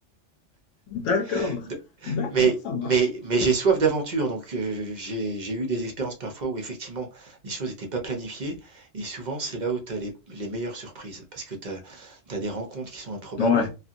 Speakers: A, on the left (about 80°); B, on the right (about 45°).
A: D'accord.
B: <laughs>
A: D'accord,
B: Mais,
A: ça marche.
B: mais, mais j'ai soif d'aventure, donc euh, j'ai, j'ai eu des expériences parfois où effectivement les choses n'étaient pas planifiées, et souvent c'est là où tu as les, les meilleures surprises, parce que tu as, des rencontres qui sont improbables,
A: Ouais,